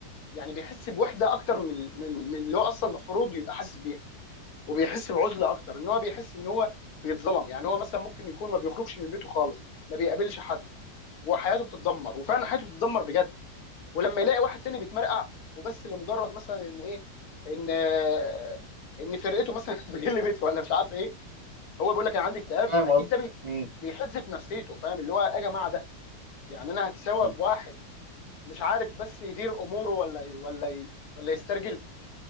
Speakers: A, on the left (about 65°); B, on the right (about 35°).
A: يعني بيحس بوحده اكتر من من من اللي هو اصلا المفروض يبقى حاسس بيها وبيحس بعزله اكتر ان هو بيحس ان هو بيتظلم يعني هو مثلا ممكن يكون ما بيخرجش من بيته خالص ما بيقابلش حد وحياته بتتدمر وفعلا حياته بتتدمر بجد ولما يلاقي واحد تاني بيتمرقع وبس لمجرد مثلا ان ايه ان آه، ان فرقته مثلا <laughs> اتغلبت ولا مش عارف ايه هو بيقول لك انا عندي اكتئاب
B: فاهم
A: اكيد
B: قصدي؟
A: ده بي-
B: مم.
A: بيحز في نفسيته فاهم اللي هو يا جماعه ده يعني انا هتساوى
B: مم.
A: بواحد مش عارف بس يدير اموره ولا ي- ولا ي- ولا يسترجل